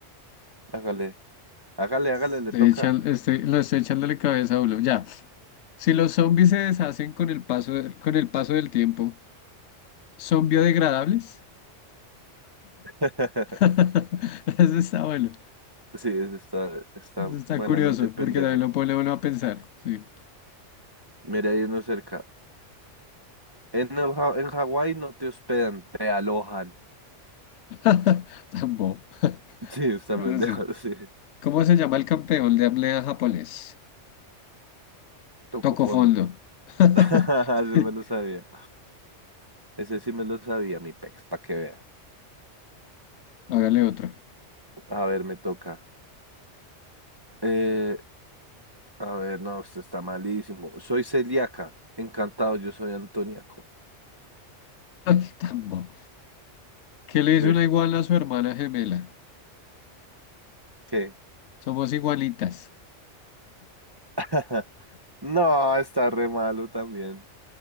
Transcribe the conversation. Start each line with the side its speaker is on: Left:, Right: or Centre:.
Right: Hágale. Hágale, hágale,
Left: estoy
Right: le toca.
Left: echan- estoy- la estoy echándole cabeza a uno. Ya, si los zombies se deshacen con el paso, de- con el paso del tiempo, ¿son biodegradables?
Right: <laughs>
Left: <laughs> Eso está bueno.
Right: Sí, es- está, está
Left: Está
Right: buenamente
Left: curioso,
Right: pendejo.
Left: porque también lo pone uno a pensar. Sí.
Right: Mira, hay uno cerca. En, el Ja- en Hawái no te hospedan, te alojan.
Left: <laughs> Tan bobo.
Right: <laughs> Sí, está
Left: Ahora
Right: pendejo,
Left: sí.
Right: <laughs> sí.
Left: ¿Cómo se llama el campeón de apnea japonés?
Right: Tocó
Left: Tocó
Right: fondo.
Left: fondo. <laughs>
Right: <laughs> Ese
Left: Sí.
Right: me lo sabía. Ese sí me lo sabía, mi pex, para que vea.
Left: Hágale otro.
Right: A ver, me toca. Eh, a ver, no, esto está malísimo. Soy celíaca. Encantado, yo soy antoniaco.
Left: Ay, Tan bobo. ¿Qué
Right: <laughs>
Left: le dice una iguana a su hermana gemela?
Right: ¿Qué?
Left: Somos igualitas.
Right: <laughs> No, está re malo también.